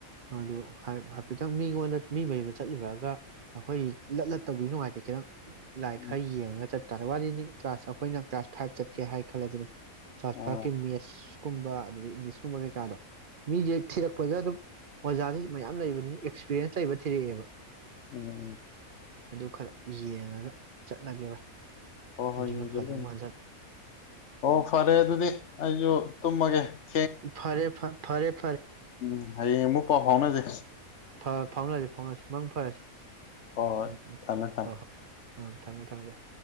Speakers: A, on the right (about 50°); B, on the left (about 55°).
A: ꯑꯗꯨ ꯍꯥꯏꯐꯦꯠꯇꯪ ꯃꯤꯉꯣꯟꯗ ꯃꯤ ꯃꯌꯨꯝꯗ ꯆꯠꯂꯨꯔꯑꯒ ꯑꯩꯈꯣꯏꯒꯤ ꯂꯠ ꯂꯠꯇꯧꯕꯤꯗꯣ ꯅꯨꯡꯉꯥꯏꯇꯦ ꯈꯤꯇꯪ꯫ ꯂꯥꯏ
B: ꯎꯝ
A: ꯈ ꯌꯦꯡꯉꯒ ꯆꯠ ꯇꯥꯔ ꯋꯥꯔꯤꯅꯤ ꯀ꯭ꯂꯥꯁ ꯑꯩꯈꯣꯏꯅ ꯀ꯭ꯂꯥꯁ ꯐꯥꯏꯞ ꯆꯠꯀꯦ ꯍꯥꯏ ꯈꯜꯂꯁꯤꯅꯦ ꯀꯂ꯭ꯥꯁ
B: ꯑꯥ
A: ꯐꯣꯏꯕ ꯀꯤ ꯃꯦꯗꯁ ꯀꯨꯝꯕ ꯑꯗꯨꯗꯗꯒꯤ ꯏꯪꯂꯤꯁꯀꯨꯝꯕ ꯀꯩꯀꯥꯗꯣ ꯃꯤꯁꯦ ꯊꯤꯔꯛꯄꯗ ꯑꯗꯨꯝ ꯑꯣꯖꯥꯗꯤ ꯃꯌꯥꯝ ꯂꯩꯕꯅꯤꯅ ꯑꯦꯛꯁꯄꯤꯔꯦꯟꯁ ꯂꯩꯕ ꯊꯤꯔꯛꯑꯦꯕ꯫
B: ꯎꯝ꯫
A: ꯑꯗꯨ ꯈꯔ ꯌꯦꯡꯉꯒ ꯆꯠꯂꯒꯦ ꯚꯥꯏ꯫
B: ꯍꯣꯏ ꯍꯣꯏ
A: ꯑꯗꯨꯅ
B: ꯌꯦꯡꯁꯤꯜꯂꯨ
A: ꯐꯥꯗꯣ ꯃꯥꯖꯜ
B: ꯑꯣ ꯐꯔꯦ ꯑꯗꯨꯗꯤ ꯑꯩꯁꯨ ꯇꯨꯝꯃꯒꯦ꯫ <inaudible>
A: ꯐꯔꯦ ꯐ ꯐꯔꯦꯞ
B: ꯎꯝ ꯍꯌꯦꯡ ꯑꯃꯨꯛ ꯄꯥꯎ ꯐꯥꯎꯅꯖꯦ꯫
A: ꯐ ꯐꯥꯎꯅꯔꯁꯤ ꯐꯥꯎꯅꯁꯤ꯫ ꯃꯪ ꯐꯔꯁꯤ
B: ꯍꯣꯏ ꯍꯣꯏ
A: ꯎꯝ - ꯎꯝ
B: ꯊꯝꯃꯦ ꯊꯝꯃꯦ
A: ꯍꯣꯏ - ꯍꯣꯏ꯫ ꯎꯝ ꯊꯝꯃꯦ- ꯊꯝꯃꯦ ꯚꯥꯏ꯫